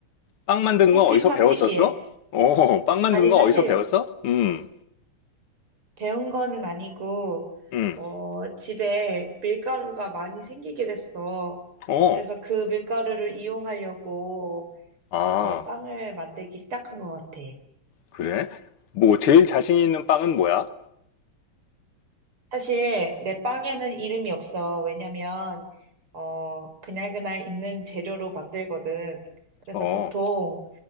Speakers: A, on the left (about 85°); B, on the right (about 85°).
A: 빵 만드는
B: 꿈피
A: 거 어디서
B: 파티시에.
A: 배웠었어? 어, 빵 만드는
B: 아니,
A: 거
B: 사실
A: 어디서 배웠어? 음,
B: 배운 거는 아니고,
A: 음,
B: 어, 집에 밀가루가 많이 생기게 됐어.
A: 어,
B: 그래서 그 밀가루를 이용하려고
A: 아,
B: 이제 빵을 만들기 시작한 것 같아.
A: 그래? 뭐, 제일 자신 있는 빵은 뭐야?
B: 사실 내 빵에는 이름이 없어. 왜냐면, 어, 그날그날 있는 재료로 만들거든. 그래서
A: 어,
B: 보통